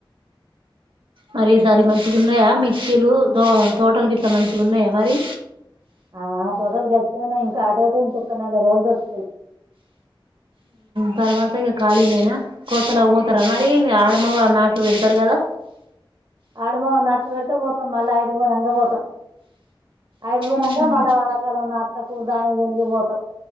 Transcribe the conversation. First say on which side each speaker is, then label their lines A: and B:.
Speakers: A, on the right; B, on the right.
A: మరిసారి మంచిగా ఉన్నాయా మిర్చీలు తో తోటలు గిట్ట మంచిగా ఉన్నాయా మరి
B: ఆ టోటల్ గచ్చానా ఇంకా ఆటోట ఇంకొక్క నెల రోజులు దొరుకుతాయి
A: తర్వాత ఇ ఖాళీనైనా కోతల కోతార మరి ఆడమ నాట్లు పెడతారు కదా
B: ఆడమ నాచ్చ పెడితే పోతాం మళ్ళీ ఆయిడిపో అంగ పోతాం ఆయడిపోనంగా
A: ఉమ్
B: మళ్ళ వానాకాలం నా అంతకు దానికి దనికిపోతాం